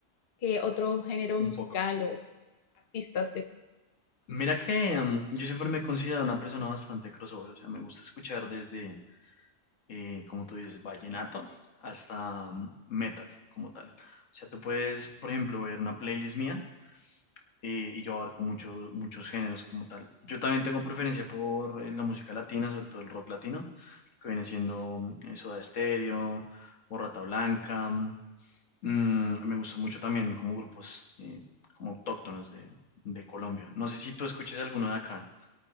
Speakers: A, on the left; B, on the left.
A: que otro género
B: un
A: musical
B: poco.
A: o artistas te
B: Mira que mm, yo siempre me he considerado una persona bastante crossover, o sea, me gusta escuchar desde, eh, como tú dices, vallenato hasta mm, metal como tal. O sea, tú puedes, por ejemplo, ver una playlist mía eh, y yo abarco muchos muchos géneros como tal. Yo también tengo preferencia por eh, la música latina, sobre todo el rock latino, que viene siendo mm, eh, Soda Stereo o Rata Blanca. mm, me gusta mucho también como grupos eh, como autóctonos de, de Colombia. No sé si tú escuches alguno de acá